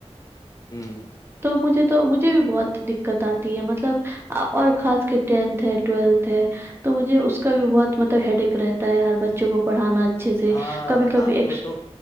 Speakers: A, on the left; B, on the right.
A: ہوں
B: تو مجھے تو مجھے بھی بہت دقت آتی ہے مطلب اور خاص کے ٹینتھ ہے ٹویلتھ ہے تو مجھے اس کا بھی بہت مطلب ہیڈ ایک رہتا ہے یار بچوں کو پڑھانا اچھے سے
A: ہاں
B: کبھی کبھی
A: آپ
B: ایکس
A: کو تو